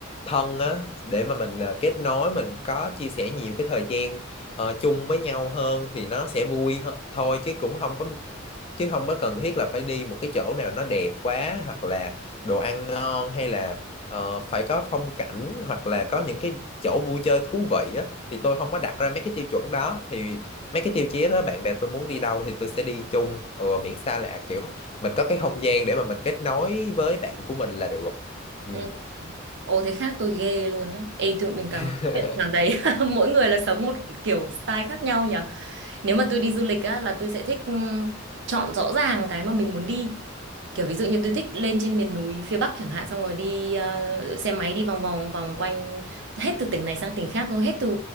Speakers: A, on the left (about 30°); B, on the right (about 60°).
A: thân á để mà mình ờ, kết nối mình có chia sẻ nhiều cái thời gian ờ, chung với nhau hơn thì nó sẽ vui hơn thôi chứ cũng không có chứ không có cần thiết là phải đi một cái chỗ nào nó đẹp quá hoặc là đồ ăn ngon hay là ờ, phải có phong cảnh hoặc là có những cái chỗ vui chơi thú vị á thì tôi không có đặt ra mấy cái tiêu chuẩn đó thì mấy cái tiêu chí đó bạn bè tôi muốn đi đâu thì tôi sẽ đi chung ừ, miễn sao là kiểu mình có cái không gian để mà mình kết nối với bạn của mình là được ừ.
B: Ừ. Ồ thế khác tôi ghê luôn á. Ê tụi mình càng
A: <laughs>
B: nói chuyện càng thấy <laughs> mỗi người là sống một kiểu style khác nhau nhỉ. nếu mà tôi đi du lịch á là tôi sẽ thích ừm, chọn rõ ràng cái mà mình muốn đi kiểu ví dụ như tôi thích lên trên miền núi phía Bắc chẳng hạn xong rồi đi ờ, xe máy đi vòng vòng vòng quanh hết từ tỉnh này sang tỉnh khác rồi hết từ